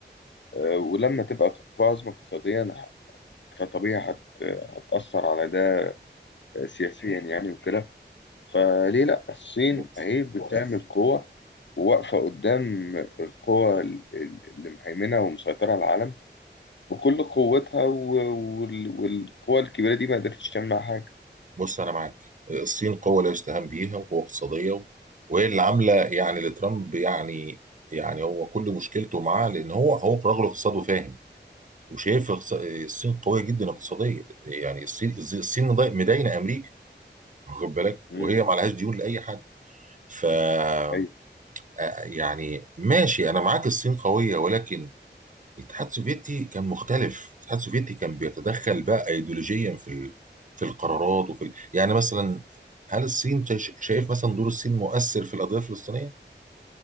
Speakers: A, on the left (about 75°); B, on the right (about 45°).
A: آه، ولما تبقى قوة عظمى اقتصاديا فطبيعي هت- هتأثر على ده آه، سياسيا يعني وكده فليه لا الصين
B: بص
A: اهي بتعمل قوة وواقفة قدام القوة ال- ال- اللي مهيمنة ومسيطرة على العالم وكل قوتها و- وال- والقوى الكبيرة دي ما قدرتش تمنع حاجة
B: بص انا معاك الصين قوه لا يستهان بيها وقوه اقتصاديه و- وهي اللي عامله يعني لترامب يعني يعني هو كل مشكلته معاه لان هو هو رجل اقتصاد وفاهم وشايف اقتص- الصين قويه جدا اقتصاديا يعني الصين الصين مضاي- مداينه امريكا واخد بالك
A: امم
B: وهي ما عليهاش ديون لاي حد ف آه،
A: ايوه
B: يعني ماشي انا معاك الصين قويه ولكن الاتحاد السوفيتي كان مختلف الاتحاد السوفيتي كان بيتدخل بقى ايديولوجيا في ال... في القرارات وفي ال... يعني مثلا هل الصين شا- شايف مثلا دور الصين مؤثر في القضيه الفلسطينيه؟